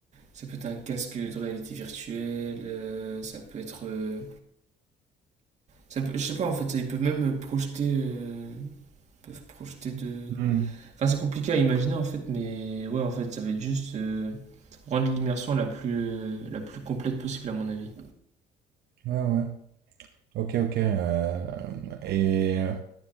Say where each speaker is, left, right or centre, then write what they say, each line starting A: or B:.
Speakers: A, on the right; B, on the right.
A: ça peut être un casque de réalité virtuelle. euh, ça peut être, euh, ça peut- je sais pas en fait. ça- Ils peuvent même projeter, euh, ils peuvent projeter de.
B: Hmm.
A: Enfin, c'est compliqué à imaginer en fait. Mais ouais, en fait, ça va être juste euh, rendre l'immersion la plus, euh, la plus complète possible à mon avis.
B: Ouais, ouais. Ok, ok. euh, et euh,